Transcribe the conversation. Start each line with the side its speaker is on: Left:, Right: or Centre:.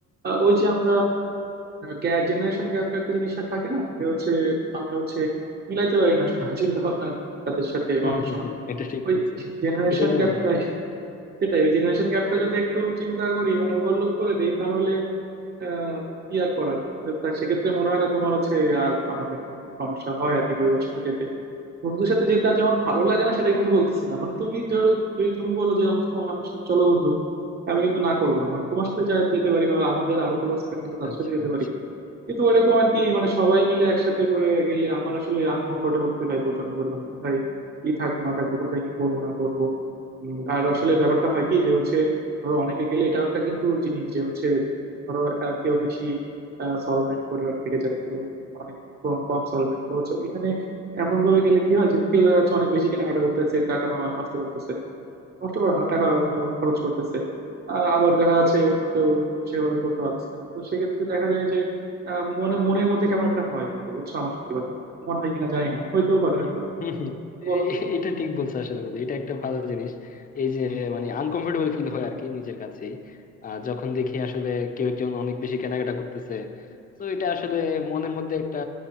Right: আহ, ওই যে আমরা গ্যাপ জেনারেশন গ্যাপ একটা জিনিসটা থাকে না যে হচ্ছে আমরা হচ্ছে মিলাইতে পারি না চিন্তা ভাবনা আর কি তাদের সাথে
Left: হম
Right: অনেক
Left: হম
Right: সময়
Left: হম এটা ঠিক
Right: ওই
Left: বলছো
Right: জেনারেশন
Left: এটাই তো
Right: গ্যাপটাই
Left: বললাম
Right: সেটাই ওই জেনারেশন গ্যাপটা যদি একটু চিন্তা করি মানে ওভারলুক করে দেই তাহলে আহ, কি আর করার তা সেক্ষেত্রে মনে হয় না তোমার হচ্ছে আর আমাদের কোনো সমস্যা হয় আর কি পরিবারের সাথে যেতে বন্ধুদের সাথে যেতে আজ আমার ভালো লাগে না সেটা কিন্তু বলতেছি না মানে তুমি ধরো যদি তুমি বলো যে আমার তোমার আমার সাথে চলো বন্ধু আমি কিন্তু না করবো না মানে তোমার সাথে যা যেতে পারি বা আমাদের আরো ক্লোজ ফ্রেন্ড তাদের
Left: আচ্ছা
Right: সাথে যেতে
Left: আচ্ছা
Right: পারি কিন্তু ওইরকম আর কি মানে সবাই মিলে একসাথে করে গেলে আমার আসলে আনকমফোর্টেবল ফিল হয় প্রচন্ড পরিমাণ কোথায় কি থাকবো না থাকবো কোথায় কি করবো না করবো উম, আর আসলে ব্যাপারটা হয় কি যে হচ্ছে ধরো অনেকে গেলে এটাও একটা কিন্তু জিনিস যে হচ্ছে ধরো আহ, কেউ বেশি সলভেন্ট পরিবার থেকে যায় কেউ অনেক কম কম সলভেন্ট তো হচ্ছে ওইখানে এমন ভাবে গেলে কি হয় যে কেউ দেখা যাচ্ছে অনেক বেশি কেনাকাটা করতেছে টাকা ন- নষ্ট করতেছে নষ্ট করে না টাকা ধরো খরচ করতেছে আহ, আবার দেখা যাচ্ছে অন্য কেউ সেভাবে করতে পারছে না তো সেক্ষেত্রে দেখা যায় যে আহ, মনে মনের মধ্যে কেমন একটা হয় বন্ধু বুঝছো আমার সত্যি কথা বলতে তোমার হয় কিনা জানি না হইতেও পারে
Left: হম
Right: হয়তো
Left: হম হম।
Right: একটু
Left: এ-
Right: বলো
Left: এ-
Right: তো
Left: এটা ঠিক বলছো আসলে বন্ধু এটা একটা ভালো জিনিস এই যে মানে আনকমফোর্টেবল ফিল হয় আর কি নিজের কাছেই আহ, যখন দেখি আসলে কেউ একজন অনেক বেশি কেনাকাটা করতেছে তো এটা আসলে মনের মধ্যে একটা